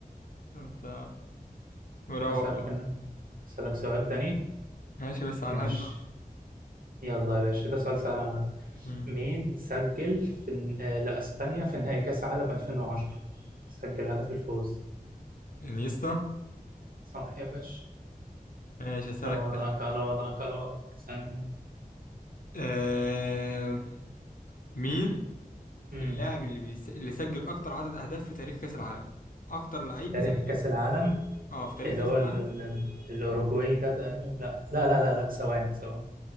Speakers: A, on the left; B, on the right.
A: أنت مروق
B: أسألك أنا أسألك سؤال تاني
A: ماشي بس على
B: ماشي
A: الهادي بقى
B: يلا يا باشا ده سؤال سهل عامة
A: مم.
B: مين سجل في الن- آه، لأسبانيا في نهائي كأس عالم 2010 سجل هدف الفوز
A: انيستا
B: صح يا باشا
A: ماشي أسألك
B: على وضعك
A: يا باشا.
B: على وضعك على وضعك ثانية
A: آه... مين
B: امم
A: اللاعب اللي بيس... اللي سجل أكتر عدد أهداف في تاريخ كأس العالم أكتر لعيب
B: تاريخ
A: مسجل
B: كأس العالم
A: أه في تاريخ
B: اللي
A: كأس
B: هو
A: العالم
B: ال... ال... الأوروجواي ده تقريبا لا لا لا لا لا ثواني ثواني